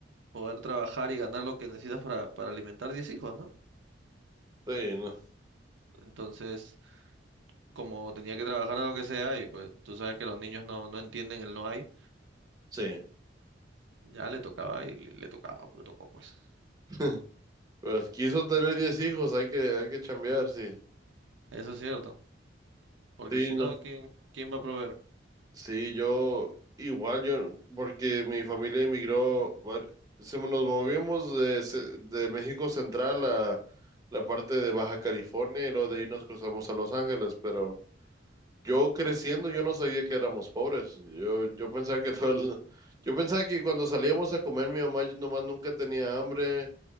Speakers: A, on the right; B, on the right.
A: poder trabajar y ganar lo que necesitas para, para alimentar 10 hijos, ¿no?
B: Sí, no,
A: Entonces, como tenía que trabajar a lo que sea, y pues tú sabes que los niños no, no entienden el no hay,
B: sí.
A: ya le tocaba y le, le tocaba, le tocó pues.
B: <laughs> Pues quiso tener 10 hijos, hay que, hay que chambear, sí.
A: Eso es cierto, porque
B: Sí,
A: si
B: no.
A: no, ¿quién, quién va a proveer?
B: Sí, yo igual, yo, porque mi familia emigró, var- se- nos movimos de, ce- de México Central a la parte de Baja California y luego de ahí nos cruzamos a Los Ángeles, pero yo creciendo yo no sabía que éramos pobres, yo, yo pensaba que <laughs> todo el- yo pensaba que cuando salíamos a comer mi mamá yo nomás nunca tenía hambre,